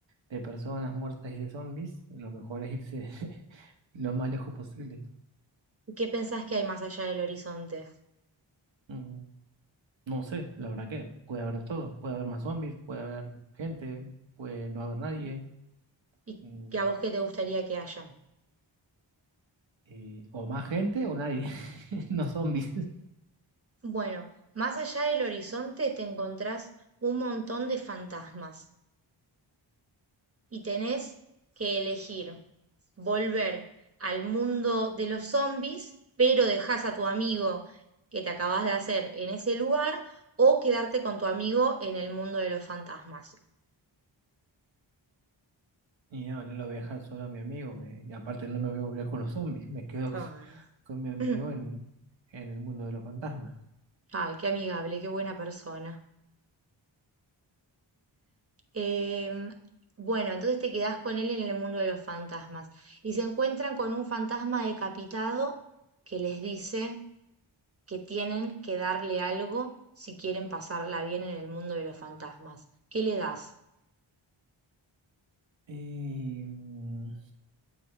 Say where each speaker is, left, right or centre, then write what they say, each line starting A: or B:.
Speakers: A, on the right (about 65°); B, on the right (about 30°).
A: de personas muertas y de zombies, lo mejor es irse <laughs> lo más lejos posible.
B: ¿Y qué pensás que hay más allá del horizonte?
A: Mm, No sé, la verdad que puede haber de todo, puede haber más zombies, puede haber gente, puede no haber nadie,
B: ¿Y
A: mm,
B: que a vos qué te gustaría que haya?
A: y- o más gente o nadie, <laughs> no zombies.
B: Bueno, más allá del horizonte te encontrás un montón de fantasmas y tenés que elegir volver al mundo de los zombies, pero dejás a tu amigo que te acabas de hacer en ese lugar o quedarte con tu amigo en el mundo de los fantasmas.
A: Y no, no lo voy a dejar solo a mi amigo. Me, y aparte no me voy a volver con los zombies. Me quedo
B: Ay,
A: con, <laughs> con mi amigo
B: <clears throat>
A: en, en el mundo de los fantasmas.
B: ay, qué amigable, qué buena persona. Em, bueno, entonces te quedás con él en el mundo de los fantasmas y se encuentran con un fantasma decapitado que les dice que tienen que darle algo si quieren pasarla bien en el mundo de los fantasmas. ¿Qué le das?
A: Y, mm,